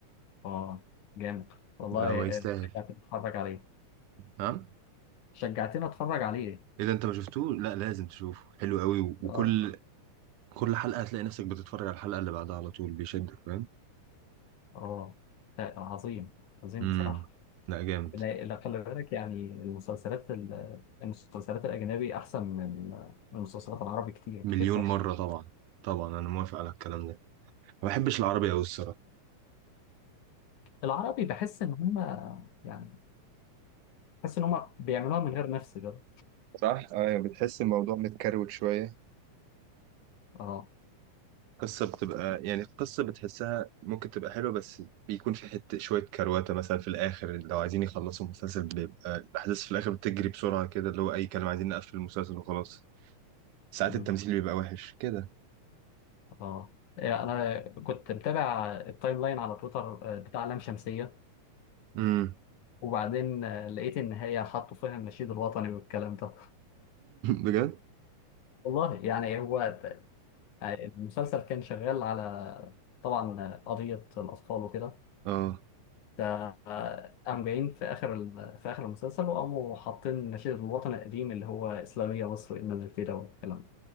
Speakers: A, on the left (about 75°); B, on the right (about 80°).
A: اه جامد والله
B: لا هو يستاهل
A: آه، شجعتني اتفرج عليه
B: ها
A: شجعتني اتفرج عليه
B: اذا انت ما شفتوه لا لازم تشوفه حلو قوي و- وكل
A: اه
B: كل حلقة هتلاقي نفسك بتتفرج على الحلقة اللي بعدها على طول بيشدك فاهم
A: اه لا، عظيم عظيم
B: امم
A: بصراحة
B: لا جامد
A: لا لا، خلي بالك يعني المسلسلات ال- المسلسلات الأجنبي أحسن من من المسلسلات العربي كتير كتير
B: مليون
A: فشخ
B: مرة طبعا طبعا انا موافق على الكلام ده ما بحبش العربي قوي الصراحة
A: العربي بحس إن هما يعني بحس إن هما بيعملوها من غير نفس كده
B: صح ايوه بتحس الموضوع متكروت شويه
A: اه
B: قصة بتبقى يعني قصة بتحسها ممكن تبقى حلوة بس بيكون في حتة شوية كرواتة مثلا في الآخر لو عايزين يخلصوا المسلسل بيبقى الأحداث في الآخر بتجري بسرعة كده اللي هو أي كلام عايزين نقفل المسلسل وخلاص ساعات
A: أمم،
B: التمثيل مم. بيبقى وحش كده
A: اه إيه، أنا كنت متابع التايم لاين على تويتر آه، بتاع لام شمسية
B: امم
A: وبعدين آه، لقيت ان هي حطوا فيها النشيد الوطني والكلام ده
B: <laughs> بجد؟
A: والله يعني هو يعني المسلسل كان شغال على طبعا آه، قضية الأطفال وكده
B: اه
A: فقام جايين في آخر ال- في آخر المسلسل وقاموا حاطين النشيد الوطني القديم اللي هو إسلامية مصر إن الفدا والكلام ده